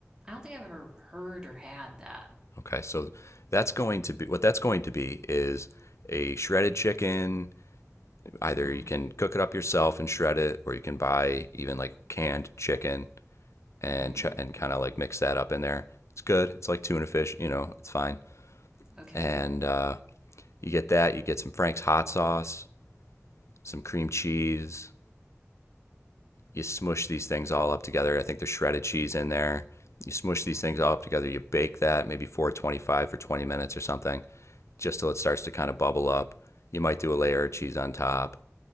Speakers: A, on the right; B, on the left.
A: i don't think i've ever heard or had that
B: Okay, so that's going to be what that's going to be is a shredded chicken. Either
A: mm-hmm
B: you can cook it up yourself and shred it, or you can buy even like canned chicken and
A: mm,
B: ch- and kind of like mix that up in there. It's good. It's like tuna fish, you know. It's fine.
A: okay
B: And uh, You get that, you get some Frank's hot sauce, some cream cheese. You smush these things all up together. I think there's shredded cheese in there. You smush
A: mm-hmm
B: these things all up together. You bake that maybe 425 for 20 minutes or something, just till it starts to kind of bubble up. You might do a layer of cheese on top,